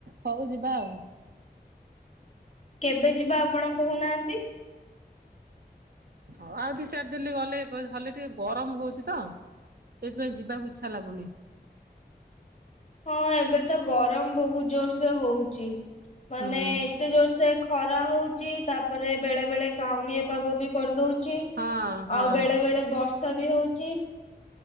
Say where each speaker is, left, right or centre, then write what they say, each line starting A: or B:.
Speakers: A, on the right; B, on the left.
A: ହଉ ଯିବା ଆଉ
B: କେବେ ଯିବା ଆପଣ କହୁନାହାନ୍ତି।
A: ହଁ ଆଉ ଦି ଚାରି ଦିନ ଗଲେ ହେଲେ ଟିକେ ଗରମ ହଉଛି ତ ସେଇଥିପାଇଁ ଯିବାକୁ ଇଚ୍ଛା ଲାଗୁନି
B: ହଁ ଏବେ ତ ଗରମ ବହୁତ ଜୋର ସେ ହଉଛି ମାନେ
A: ହୁଁ।
B: ଏତେ ଜୋର ସେ ଖରା ହଉଚ ତାପରେ ବେଳେ ବେଳେ କାଉଣ ପାଗ ବି କରିଦଉଛି
A: ହଁ ହଁ
B: ଆଉ ବେଳେ ବେଳେ ବର୍ଷା ଷା ବି ହଉଛି।